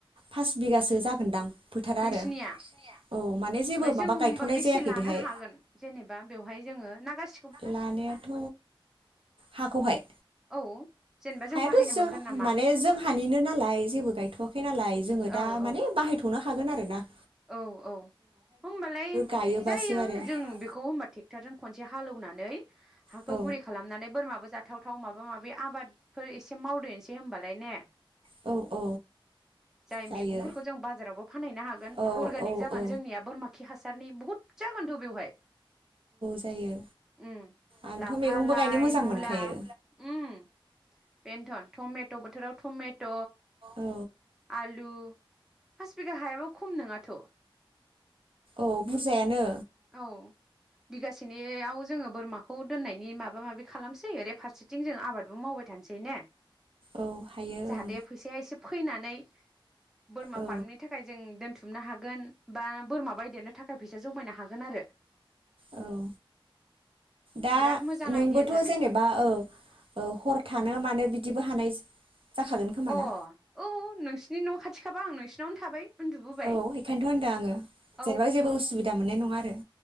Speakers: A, on the right; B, in the centre.
A: पास बिगासो जागोनदां। फोथारा
B: नोंसिनिया
A: आरो औ माने जेबो
B: ओमफ्राय
A: माबा
B: जों
A: गायथ'नाय
B: होबा बेसे
A: जायाखै
B: लानो
A: बेहाय
B: हागोन जेनेबा बेवहाय जोङो ना गासि
A: लानायाथ' हाखौहाय
B: औ जेनेबा
A: हायाथ'
B: जों बाहायनो
A: जों
B: मोनगोन नामा
A: माने जोंहानिनो नालाय जेबो गायथवाखै नालाय जोङो
B: औ
A: दा
B: औ
A: माने बाहायथनो हागोन आरो। खोना
B: औ औ होनबालाय
A: गायोबासो
B: जायो
A: आरो
B: जों बेखौ होमबा ट्रेक्टरजों खनसे हालौना नै हाखौ
A: औ
B: गुरि खालामनानै बोरमाबो जा थाव थाव माबा माबि आबादफोर एसे मावदेरसै होमबालाय ने
A: औ औ
B: जाय
A: जायो
B: मैगंफोरखौ जों बाजारावबो फानहैनो हागोन।
A: औ
B: अर्गानिक
A: औ
B: जागोन
A: औ
B: जोंनिया बोरमा खि हासारनि बुहुत जागोनथ' बेवहाय
A: जायो
B: उम
A: आंथ'
B: लाफा
A: मैगंबो
B: लाइ
A: गायनो मोजां
B: मुला
A: मोनखायो
B: उम बेनो थन टमेट' बोथोराव टमेट'
A: औ
B: आलु फास बिघा हायाबो खम नोङा थ'
A: ओउ बुजायानो।
B: औ बिगासेनि बेयाव जोङो बोरमाखौ दोननायनि माबा माबि खालामसै ओरै फारसेथिं जों आबादबो मावबाय थानोसै ने
A: औ हायो
B: जाहाथे
A: ओं
B: फैसाया एसे फैनानै बोरमा
A: औ
B: फार्मनि थाखाय जों दोनथुमनो हागो गोन बा बोरमा बायदिनो थाखा फैसा जमायनो हा गोन आरो।
A: ओउ दा
B: बिराद मोजां
A: नोंबोथ
B: आइडिया जादों
A: जेनेबा ओउ ओउ हर थानो मानो बिदिबो हानाय जाखागोन खोमा
B: अ
A: ना
B: औ नोंसिनि न खाथिख थाबा आं नोंसिनावनो थाबाय। उन्दुबोबाय
A: ओउ बेखायनोथ होनदों आङो
B: औ
A: जेनेबा जेबो उसुबिदा मोननाय नङा आरो।